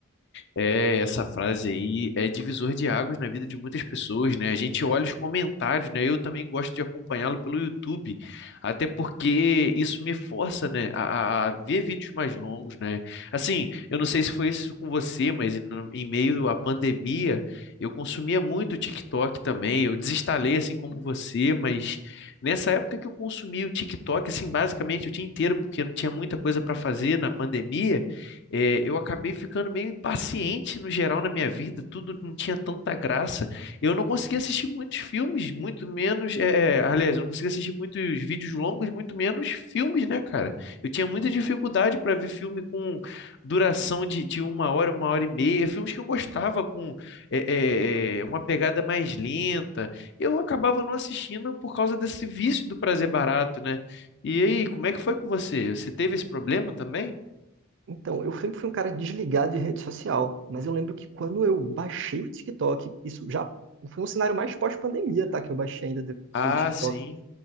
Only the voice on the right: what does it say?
Então, eu sempre fui um cara desligado de rede social, mas eu lembro que quando eu baixei o TikTok, isso já foi um cenário mais pós-pandemia, tá? Que eu baixei ainda de-
o TikTok.